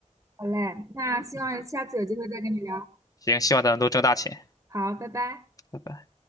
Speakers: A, on the right; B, on the left.
A: 好嘞，那希望下次有机会再跟你聊。
B: 嗯行，希望咱们都挣大钱。
A: 好，拜拜。
B: 拜拜。